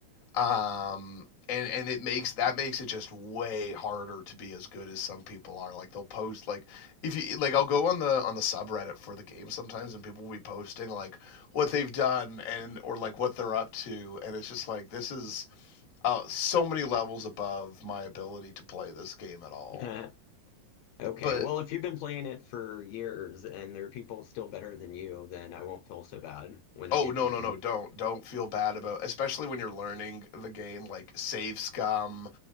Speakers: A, on the left; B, on the left.
A: Um, and and it makes that makes it just way harder to be as good as some people are. Like they'll post like if you like I'll go on the on the subreddit for the game sometimes and people will be posting like what they've done and or like what they're up to and it's just like this is uh, so many levels above my ability to play this game at all.
B: <laughs> Okay,
A: But
B: well, if you've been playing it for years and there are people still better than you, then I won't feel so bad when I
A: Oh
B: get
A: no
B: beaten.
A: no no! Don't don't feel bad about, especially when you're learning the game. Like save scum,